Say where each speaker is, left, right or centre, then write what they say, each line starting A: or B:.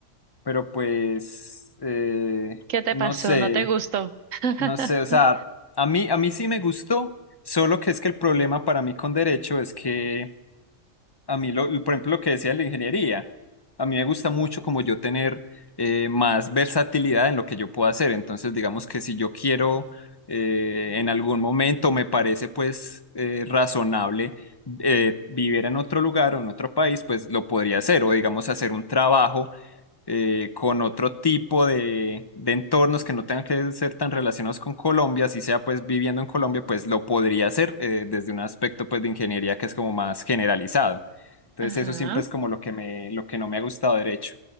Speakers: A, on the left; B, on the right.
A: pero pues... eh,
B: ¿qué te
A: no
B: pasó?
A: sé,
B: ¿No te gustó? <laughs>
A: no sé, o sea, a mí, a mí sí me gustó, solo que es que el problema para mí con derecho es que a mí, lo, por ejemplo, lo que decía de la ingeniería, a mí me gusta mucho como yo tener eh, más versatilidad en lo que yo puedo hacer. Entonces, digamos que si yo quiero eh, en algún momento me parece pues eh, razonable eh, vivir en otro lugar o en otro país, pues lo podría hacer o digamos hacer un trabajo eh, con otro tipo de, de entornos que no tengan que ser tan relacionados con Colombia, si sea pues viviendo en Colombia, pues lo podría hacer eh, desde un aspecto pues de ingeniería que es como más generalizado. Entonces
B: Ajá,
A: eso siempre es como lo que me, lo que no me ha gustado derecho.